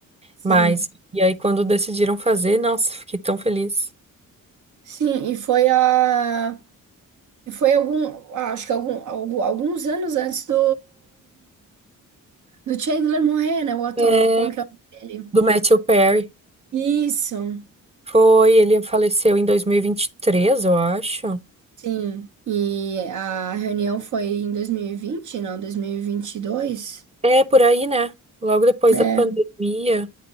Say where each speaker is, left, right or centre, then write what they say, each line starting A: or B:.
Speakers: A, on the right (about 60°); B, on the right (about 20°).
A: Sim,
B: Mas, e aí quando decidiram fazer, nossa, fiquei tão feliz.
A: sim, e foi a. E foi algum. Acho que algum, algu- alguns anos antes do, do Chandler morrer, né? O ator,
B: É,
A: como que é o nome dele?
B: Do Matthew Perry.
A: Isso,
B: Foi, ele faleceu em dois mil e e vinte e três eu acho.
A: sim. E a reunião foi em 2020, não, Dois mil e e vinte e dois.
B: É, por aí, né? Logo depois
A: É,
B: da pandemia.